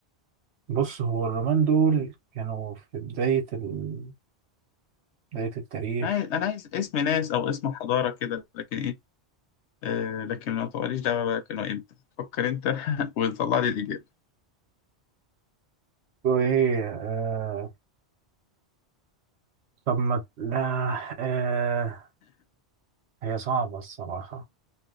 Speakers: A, on the right; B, on the left.
A: بص هو الرومان دول كانوا في بداية ال... بداية التاريخ
B: أنا عايز أنا عايز اسم ناس أو اسم حضارة كده لكن إيه آه لكن ما تقوليش دعوة بقى كانوا إمتى فكر أنت <laughs> وطلع لي الإجابة
A: وإيه آه طب ما لا آه هي صعبة الصراحة